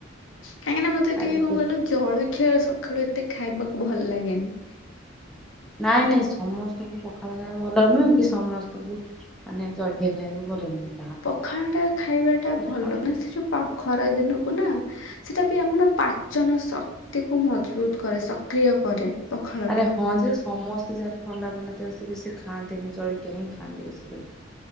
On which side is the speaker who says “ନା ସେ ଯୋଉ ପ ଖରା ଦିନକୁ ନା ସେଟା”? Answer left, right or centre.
Left